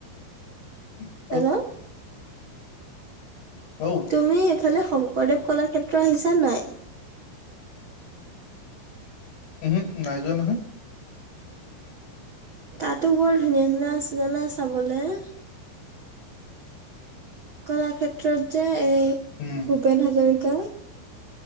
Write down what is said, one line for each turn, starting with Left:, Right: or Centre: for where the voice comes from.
Left: উ <inaudible>
Right: হেল্ল'
Left: অউ
Right: তুমি এইফালে শংকৰদেৱ কলাক্ষেত্ৰ আহিছা নাই?
Left: উম হু নাই যোৱা নহয়।
Right: তাতো বৰ ধুনীয়া ধুনীয়া আছিল জানা চাবলৈ। কলাক্ষেত্ৰত যে এই
Left: উম,
Right: ভূপেন হাজৰিকা।